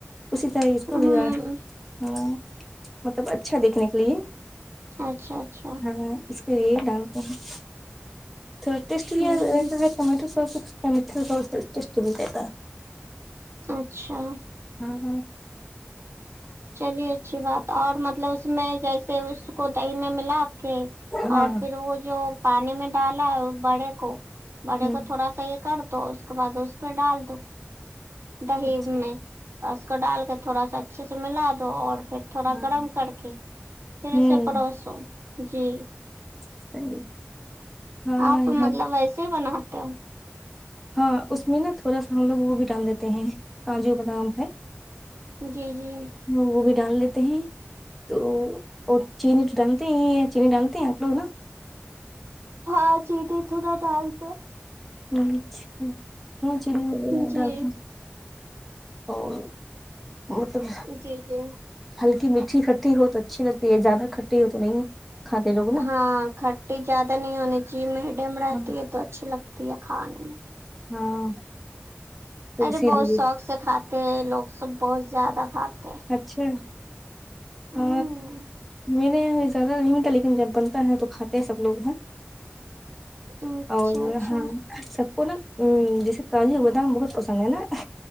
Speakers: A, in the centre; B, on the right.
A: اسی طرح اس کو
B: ہوں
A: بگاڑ ہا مطلب اچھا دیکھنے کے لیے
B: اچھا اچھا
A: ہاں اس پر یے ڈال تے ہے تو پھر ٹیسٹ نہیں آتا
B: جی
A: ہے ٹمیٹو ساس <inaudible> ٹیسٹ نہیں دیتا
B: اچھا
A: ہاں ہاں
B: چلئے اچھی بات اور مطلب اس میں جیسے اس وس کو دہی میں ملا کے
A: ہاں
B: اور فر وہ جو پانی میں ڈالا ہےوہ بڑے کو بڑے
A: ہ
B: کو تھوڑا سا یے کر دو اس کے بعد اس میں ڈال دو دہی
A: اچھا
B: میں اس کو ڈال کے تھوڑا سا اچھے سے ملا دو اور فیر تھوڑا
A: ہاں
B: گڈم کر کے پھر
A: ہوں
B: اسے پڈو سو جی
A: صحیح ہاں
B: آپ
A: ہاں
B: مطلب ویسے ہی بناتے ہو
A: ہاں اس میں نا تھوڑا سا مطلب وہ بھی ڈال دیتے ہیں کانجو بادام ہے
B: جی جی
A: وہ وہ بھی ڈال لیتے ہیں تو اور چینی تو ڈالتے ہی ہیں چینی ڈالتے ہیں آپ لوگ نا
B: ہاں چینی تھوڑا ڈالتے
A: اچھا ہاں چلی وغیرہ
B: جی
A: ڈالتے اور مطلب
B: جی جی
A: ہلکی مٹھی کھٹی ہو تو اچھی لگتی ہے زیادہ کھٹی ہو تو نہیں کھاتے لوگ نا
B: ہاں کھٹی جیادہ نہیں ہونی چاہیے میڈم رہتی
A: ہاں
B: ہے تو اچھی لگتی ہے کھانے میں
A: ہاں تو
B: ارے
A: اسی
B: بہت
A: لیے
B: سوق سے کھاتے ہیں لوگ سب بہت زیادہ کھاتے ہیں
A: اچھا
B: ہمم
A: آ میرے یہاں بھی زیادہ نہیں انتا لیکن جب بنتا ہے تو کھاتے سب لوگ ہیں
B: آ اچھا
A: اور
B: اچھا
A: ہاں سب کو نا جیسے کاجو بادام بہت پسند ہے نا